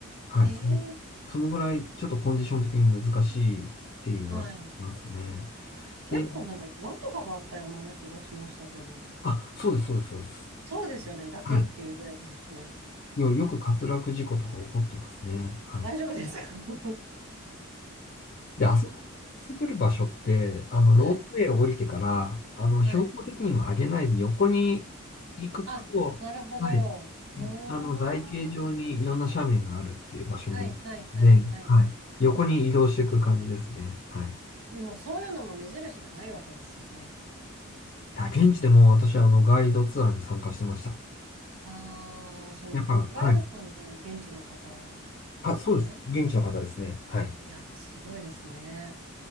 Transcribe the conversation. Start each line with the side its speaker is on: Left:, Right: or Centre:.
Left: はい、
Right: ええ
Left: その、そのぐらい、ちょっとコンディション的に難しいって言われますね。
Right: はい。結構なんか岩とかがあった山な気がしましたけど。
Left: で、あ、そうです、そうです、そうです。
Right: そうですよね。だけっていうぐらいですしね。
Left: はい。よ、よく滑落事故とか起こってますね。はい。
Right: 大丈夫ですか <laughs>
Left: で、あそこ滑る場所って、あの、ロープウェイを降りてから、
Right: はい。
Left: あの、
Right: はい。
Left: 標高的には上げないで横に行くと、
Right: あ、なるほど。
Left: はい、
Right: うーん。
Left: あの、台形状にいろんな斜面があるっていう場所になるので、
Right: はいはいはいはい。
Left: はい、横に移動していく感じですね。はい。
Right: でもそういうのも目印がないわけですよね。
Left: だ現地でも私、あの、ガイドツアーに参加してました。
Right: ああ、そのガイドさんっていうのは現地の方ですよね。
Left: やっぱ、はい。あ、そうです。現地の方ですね。はい。
Right: いやー、すごいですね。